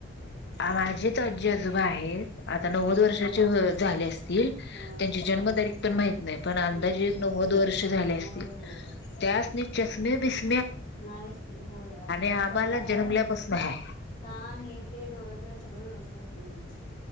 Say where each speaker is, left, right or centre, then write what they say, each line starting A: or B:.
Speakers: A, on the left; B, on the left.
A: माझीच आजी उजवा आहे आता
B: ह
A: नव्वद वर्षाची होईल झाले असते
B: ह
A: त्यांची जन्मतारीख <inaudible> पण माहित नाही पण अंदाजे
B: माहित नाही
A: एक नव्वद वर्ष झाले
B: होय
A: असतील
B: होय
A: त्यांसनी चश्मे बिसमे-
B: नाहीच होय
A: आम्हाला
B: पहिला काय
A: जन्मल्यापासून
B: नव्हतं
A: आहे
B: कान हे ते डोळे बिळ सगळं व्यवस्थित असत पैंजण <unintelligible> जची